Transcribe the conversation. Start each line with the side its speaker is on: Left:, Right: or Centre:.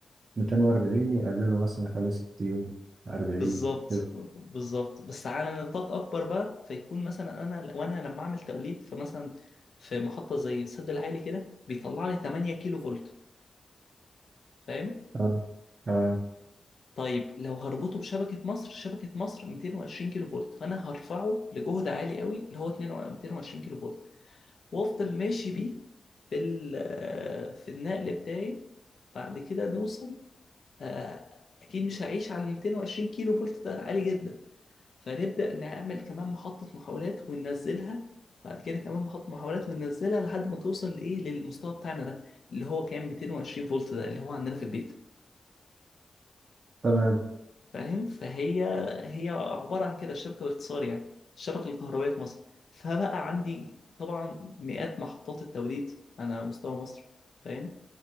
Right: 240 يقلله مثلا يخليه 60 40
Left: بالظبط
Right: كده
Left: بالظبط بس على نطاق اكبر بقى فيكون مثلا انا وانا لما اعمل توليد في مثلا في محطه زي السد العالي كده بيطلع لي 8 كيلو فولت فاهم
Right: تمام تمام
Left: طيب لو هربطه بشبكه مصر شبكه مصر 220 كيلو فولت فانا هرفعه لجهد عالي قوي اللي هو 22 220 كيلو فولت وافضل ماشي بيه في ال- في النقل بتاعي بعد كده نوصل آه، اكيد مش هعيش على 220 كيلو فولت ده عالي جدا فنبدأ نعمل كمان محطة محاولات وننزلها بعد كده كمان محطة محاولات وننزلها لحد ما توصل لإيه للمستوى بتاعنا ده اللي هو كان 220 فولت ده اللي هو عندنا في البيت
Right: تمام
Left: فاهم فهي هي عبارة عن كده الشبكة باختصار يعني الشبكة الكهربائية في مصر فبقى عندي طبعا مئات محطات التوليد على مستوى مصر فاهم